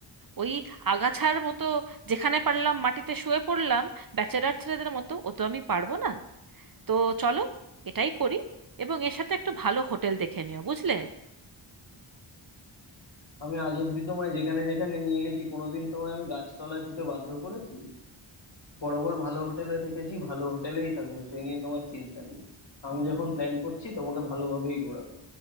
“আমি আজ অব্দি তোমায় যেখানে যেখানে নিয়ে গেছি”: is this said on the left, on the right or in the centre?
Left